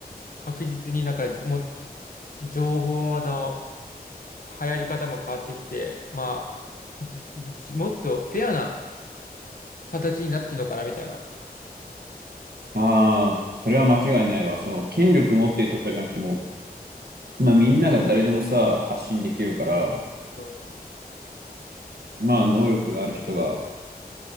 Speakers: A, on the left; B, on the right.
A: 確実になんか、も、情報の流行り方も変わってきて、まあ、じもっとフェアな形になってるのかな、みたいな。
B: うん。ああ、それは間違いないわ。その、権力持ってるとかじゃなくても、まあみんなが誰でもさ、発信できるから、
A: そうそう
B: まあ能力がある人が